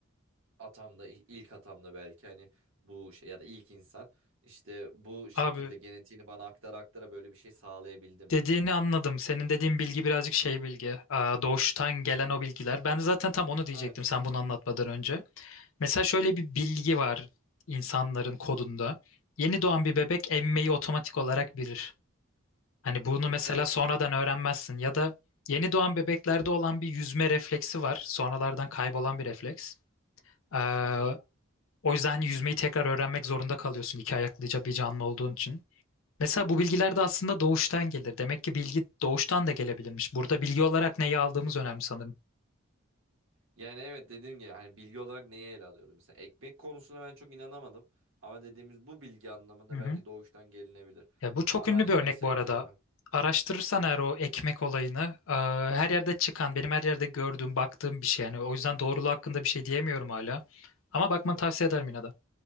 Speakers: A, on the right; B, on the left.
A: atamda il- ilk atamda belki hani bu şey ya da ilk insan işte bu şekilde
B: Abi
A: genetiğini bana aktara aktara böyle bir şey sağlayabildi mi?
B: dediğini anladım. Senin dediğin bilgi birazcık şey bilgi. Aa, doğuştan gelen o bilgiler. Ben de zaten tam onu diyecektim
A: Evet.
B: sen bunu anlatmadan önce. Mesela şöyle bir bilgi var insanların kodunda. Yeni doğan bir bebek emmeyi otomatik olarak bilir. Hani bunu
A: Hı,
B: mesela
A: evet
B: sonradan
A: işte.
B: öğrenmezsin ya da yeni doğan bebeklerde olan bir yüzme refleksi var. Sonralardan kaybolan bir refleks. Ee,
A: Aha.
B: o yüzden hani yüzmeyi tekrar öğrenmek zorunda kalıyorsun iki ayaklıca bir canlı olduğun için. Mesela bu bilgiler de aslında doğuştan gelir. Demek ki bilgi doğuştan da gelebilirmiş. Burada bilgi olarak neyi aldığımız önemli sanırım.
A: Yani evet dediğim gibi hani bilgi olarak neye ele alıyoruz? Mesela ekmek konusuna ben çok inanamadım. Ama dediğimiz bu bilgi anlamında
B: Hı hı.
A: belki doğuştan gelinebilir.
B: Ya bu çok
A: Ama
B: ünlü
A: hani
B: bir örnek
A: mesela
B: bu arada.
A: kelime.
B: Araştırırsan eğer o ekmek olayını, e, her yerde çıkan, benim her yerde gördüğüm, baktığım bir şey. Yani o yüzden doğruluğu hakkında bir şey diyemiyorum hala. Ama bakmanı
A: İşte evet.
B: tavsiye ederim yine de.